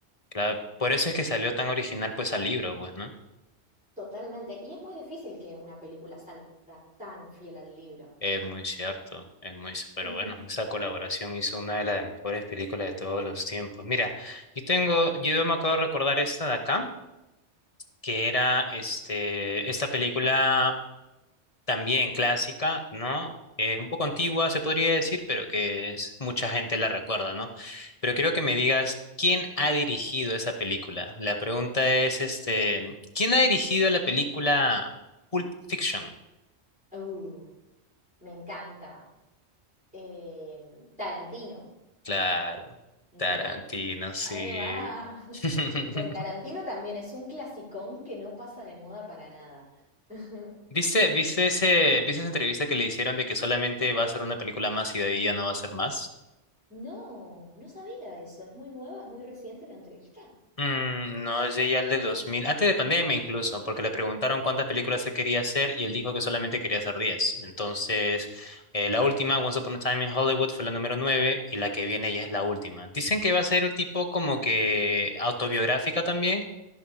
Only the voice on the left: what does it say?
claro, por eso es que salió tan original pues al libro, pues, ¿no?
Es muy cierto, es muy, c- pero
bueno, esa colaboración hizo una de las mejores películas de todos los tiempos. Mira, yo tengo, yo me acuerdo de recordar esta de acá. que era este, esta película también clásica, ¿no? Eh, un poco antigua, se podría decir, pero que es- mucha gente la recuerda, ¿no? Pero quiero que me digas, ¿quién ha dirigido esa película? La pregunta es, este, ¿quién ha dirigido la película Pulp Fiction?
Claro,
Tarantino, sí.
<laughs>
¿Viste, viste ese, viste esa entrevista que le hicieron de que solamente va a ser una película más y de ahí ya no va a ser más?
Mm, no, es ya el del 2000 antes de pandemia incluso, porque le preguntaron cuántas películas se quería hacer y él dijo que solamente quería hacer diez Entonces, eh, la última, Once Upon a Time in Hollywood, fue la número 9 y la que viene ya es la última. Dicen que va a ser un tipo como que autobiográfica también.